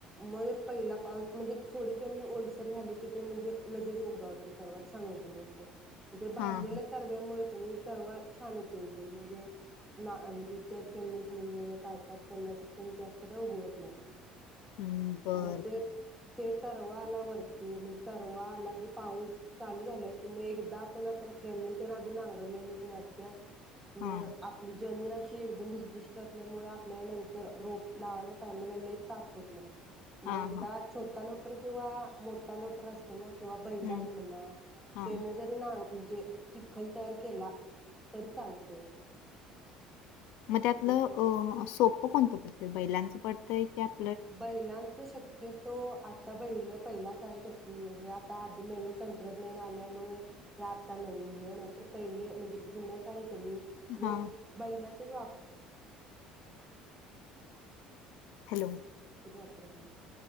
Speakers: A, in the centre; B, on the left.
A: म पहिला पाऊस म्हणजे थोडी जमीन ओलसर झाली की, ते म्हणजे लगेच उगावतय तरवा छान उगवने ते बे
B: हां
A: भाजलेल्या तरव्यामुळे तुम्ही तरवा छान येते उघून म्हणजे ना म्हणजे त्या जममीत म्हणजे काय काय त्यांना शकते जास्त काय उगवत नाही.
B: हम्म बरं.
A: मग ते ते तरवा आला वरती म्हणजे, तरवा आला की पाऊस चालू झालाय की की मग एकदा आपण आता जमीन त्या आधी नांगरलेल तेन आत्या मग
B: हां
A: आपली जमीन अशी एकदम भुशभुशीत असल्यामुळे आपल्याला नंतर रोप लावायच्या टाइमला लय ताप होत नाही.
B: हां
A: मग एकदा
B: हां
A: छोटा लो लटर किंवा मोठा लोटर असतो ना किंवा बैलाने
B: हं,
A: म्हणला.
B: हां
A: ते जरी ना सांग म्हणजे चिखल तयार केला, तरी चालतय.
B: मग त्यातलं
A: की
B: अ सोपं कोणतं प बैलांचं प त <unintelligible>
A: बैलांच शक्य तो, आता बैल पहिला काय कस. की हे आता अधून नवीन तंत्रज्ञान आल्यामुळं, ते आत्ता नवीन जीवन आहेत. तर पहिले म्हणजे जुन्या काळी. नी
B: हां
A: लोक बैलांचा वाप
B: हॅलो.
A: वापरत नाही.